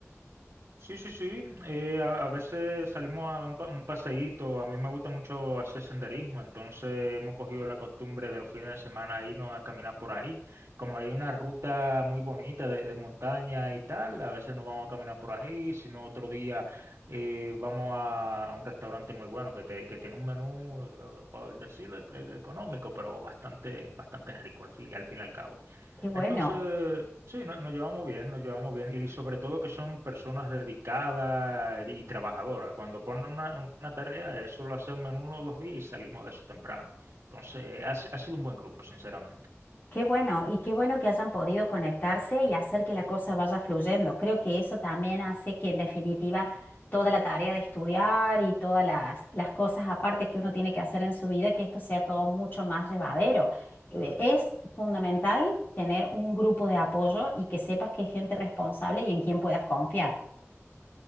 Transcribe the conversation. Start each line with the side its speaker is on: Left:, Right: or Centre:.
Right: Sí, sí, sí. eh, a, a veces salimos a dar un, pa- un paseíto. A mí me gusta mucho hacer senderismo, entonces hemos cogido la costumbre de los fines de semana irnos a caminar por ahí. Como hay una ruta muy bonita de, de montaña y tal, a veces nos vamos a caminar por ahí, si no otro día eh, vamos a, a un restaurante muy bueno que, te- que tiene un menú, eh, por decirlo, e- e- económico, pero bastante, bastante rico al fin, al fin y al cabo.
Left: Qué bueno,
Right: Entonces, sí, no- nos llevamos bien, nos llevamos bien. Y sobre todo que son personas dedicadas y trabajadoras. Cuando ponen una, una tarea, eso lo hacemos en uno o dos días y salimos de eso temprano. Entonces, ha, si- ha sido un buen grupo, sinceramente.
Left: qué bueno. Y qué bueno que hayan podido conectarse y hacer que la cosa vaya fluyendo. Creo que eso también hace que en definitiva toda la tarea de estudiar y todas las, las cosas aparte que uno tiene que hacer en su vida, que esto sea todo mucho más llevadero. Eh, Es fundamental tener un grupo de apoyo y que sepas que es gente responsable y en quien puedas confiar.